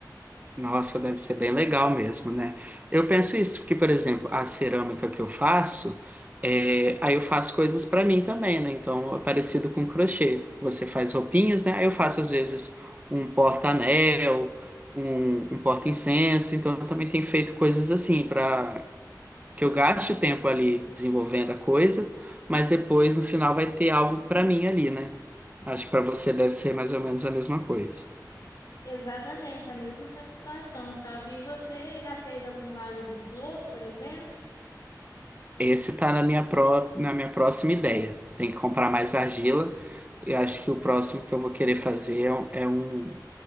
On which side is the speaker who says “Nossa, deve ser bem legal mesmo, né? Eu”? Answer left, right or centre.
Right